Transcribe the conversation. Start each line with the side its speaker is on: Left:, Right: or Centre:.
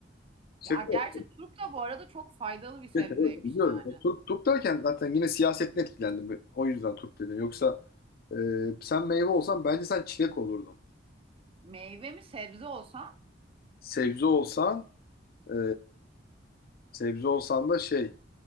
Left: Şaka.
Right: Ya gerçi
Left: yok.
Right: turp da bu arada çok faydalı bir sebzeymiş
Left: Evet, evet, biliyorum.
Right: yani.
Left: Ya, Türk, Türk derken zaten yine siyasetten etkilendim. O yüzden Türk dedim. Yoksa e, sen meyve olsan bence sen çilek olurdun.
Right: Meyve mi sebze olsam?
Left: Sebze olsan e, sebze olsan da şey